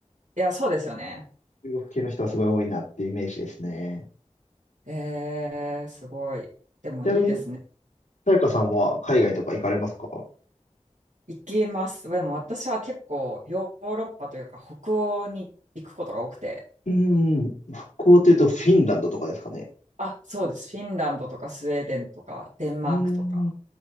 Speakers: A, on the right; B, on the left.
A: いや、そうですよね。
B: 中国系の人はすごい多いなっていうイメージですね。
A: えー、すごい。でもいいですね。
B: ちなみに、さやかさんは海外とか行かれますか
A: 行きます。でも私は結構ヨーロッパというか北欧に行くことが多くて、
B: うーん、北欧というとフィンランドとかですかね。
A: あ、そうです。フィンランドとかスウェーデンとかデンマークとか。
B: うーん。